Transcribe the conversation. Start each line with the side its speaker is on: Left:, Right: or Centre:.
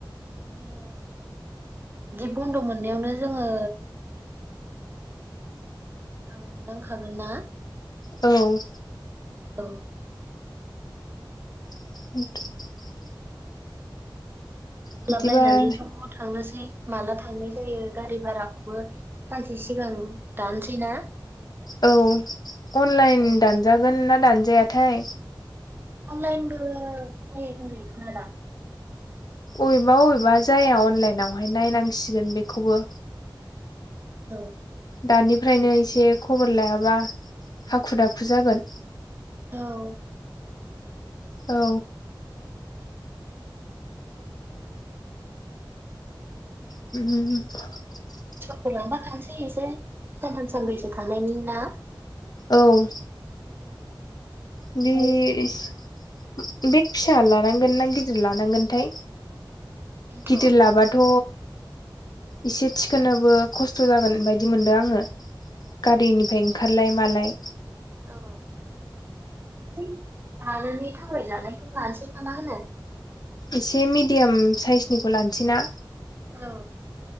Right: ओंखायनो बिदि बन्द' मोननायावनो जोंङो थांनांखागोन ना
Left: औ
Right: औ
Left: <inaudible>
Right: सोलाबलायनानै
Left: बिदिबा
Right: ज' थांनोसै माला थांनाय जायो गारि भाराखौबो सानसे सिगां दानोसै ना?
Left: औ अनलाइन
Right: औ
Left: दानजागोन ना दानजायाथाय?
Right: अनलाइनबो जायो होननाय खोनादां।
Left: अबेबा अबेबा जाया अनलाइनावहाय नायनांसिगोन बेखौबो।
Right: औ।
Left: दानिफ्रायनो एसे खबर लायाबा हाखु दाखु जागोन।
Right: औ।
Left: औ। <inaudible>
Right: फोर लांफाखानोसै एसे सानथाम सानब्रैसो थानायनि ना?
Left: औ।
Right: ओमफ्राय
Left: <unintelligible> बेग फिसा लानांगोन ना गिदिर लानांगोनथाय?
Right: बेनोथ'
Left: गिदिर लाबाथ' इसे थिखोनोबो खस्थ' जागोन बायदि मोनदो आङो। गारिनिफाय ओंखारलाय मालाय।
Right: औ। एसे लानानै थाबायजानायखौ लानोसै नामा होनो।
Left: एसे मिडियाम साइसनिखौ लानोसैना?
Right: औ।